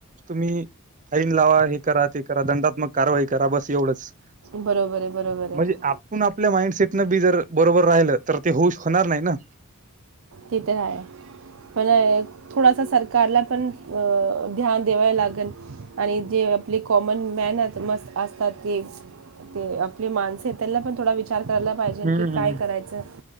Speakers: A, on the right; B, on the right.
A: तुम्ही फाईन लावा हे करा ते करा दंडात्मक कारवाई करा बस एवढंच
B: बरोबर आहे बरोबर आहे
A: म्हणजे आपण आपल्या माइंडसेट न बी जर बरोबर राहिल तर ते होऊ होणार नाही ना?
B: ते तर आहे पण थोडासा सरकारला पण ध्यान देवाय लागल आणि जे आपले कॉमन मॅन मस् असतात ते ते आपली माणसे त्यांना पण थोडा विचार करायला पाहिजे
A: हम्म.
B: की काय करायचं?